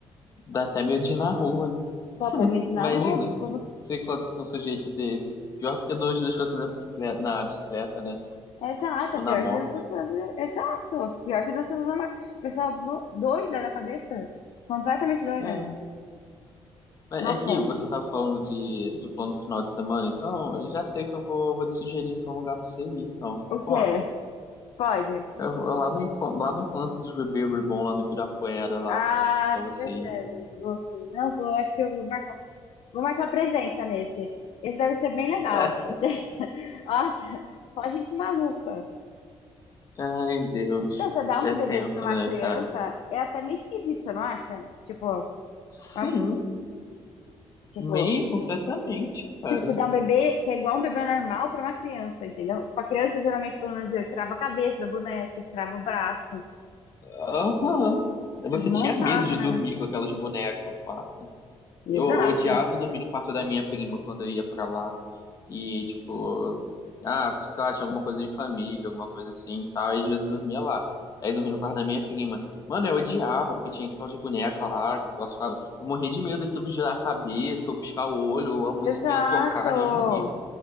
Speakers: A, on the left; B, on the left.
A: Dá até medo de ir na rua, né?
B: Dá até medo na
A: Imagina,
B: rua, o povo.
A: você encontra com um sujeito desse. Pior do que duas duas pessoas na bicicleta, na bicicleta, né?
B: Exato,
A: Ou
B: é pior
A: na moto.
B: que das pessoas. Exato, pior que das pessoas normais. pessoal do- doida da cabeça. Completamente doida.
A: É. Mas
B: Nossa,
A: É que você tava falando de, do plano pro final de semana, então eu já sei que eu vou, vou te sugerir então um lugar pra você ir, então.
B: o
A: Posso?
B: quê? Pode?
A: Eu vou lá no, enco- lá no encontro dos bebês Reborn, lá no Ibirapuera, lá,
B: Ah,
A: pra você
B: com certeza.
A: ir.
B: Vou sim. Não vou, acho que eu vou marcar. Vou marcar presença nesse. Esse deve ser bem legal.
A: É,
B: Nossa, <laughs> só gente maluca.
A: ai, Deus.
B: Então, você dá um
A: É
B: bebê
A: tenso,
B: desse pra uma
A: né,
B: criança
A: cara?
B: é até meio esquisito, você não acha? Tipo,
A: Sim,
B: acho- tipo,
A: meio completamente, cara.
B: Tipo, você dá um bebê que é igual um bebê normal para uma criança, entendeu? Com a criança, geralmente, pelo menos eu tirava a cabeça da boneca, eu tirava o braço,
A: Aham. Você
B: desmontava,
A: tinha medo de
B: né?
A: dormir com aquelas bonecas no quarto.
B: Exato,
A: Eu, eu odiava dormir no quarto da minha prima quando eu ia pra lá. E, tipo, ah, sei lá, tinha alguma coisa de família, alguma coisa assim e tal. E às vezes eu dormia lá. Aí eu dormia no quarto da minha prima. Mano, eu odiava, porque tinha aquelas bonecas lá, que eu ficava. Eu morria de medo daquilo girar a cabeça, ou piscar o olho, ou a musiquinha
B: exato.
A: tocar, Deus me livre.